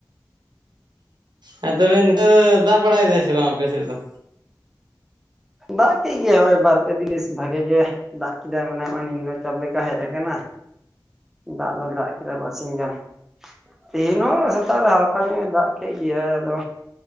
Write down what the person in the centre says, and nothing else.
ᱫᱟᱜ ᱠᱮᱫ ᱜᱮ ᱦᱚᱜ-ᱚᱭ ᱵᱟᱨᱯᱮ ᱫᱤᱱᱤᱥ ᱵᱷᱟᱜᱤ ᱜᱮ ᱫᱟᱜ ᱠᱮᱫᱟᱭ ᱢᱟᱱᱮ ᱱᱚᱜ-ᱚᱭ ᱱᱤᱢᱱᱚ ᱪᱟᱯ ᱞᱮᱠᱟ ᱦᱮᱡ ᱟᱠᱟᱱᱟ᱾ ᱫᱟᱜ ᱫᱚ ᱫᱟᱜ ᱠᱮᱫᱟ ᱵᱟᱨᱥᱤᱧ ᱜᱟᱱ᱾ ᱛᱤᱦᱤᱧ ᱦᱚ ᱥᱮᱛᱟᱜ ᱨᱮ ᱦᱟᱞᱠᱟ ᱧᱚ ᱫᱟᱜ ᱠᱮᱫ ᱜᱮᱭᱟᱭ ᱟᱫᱚ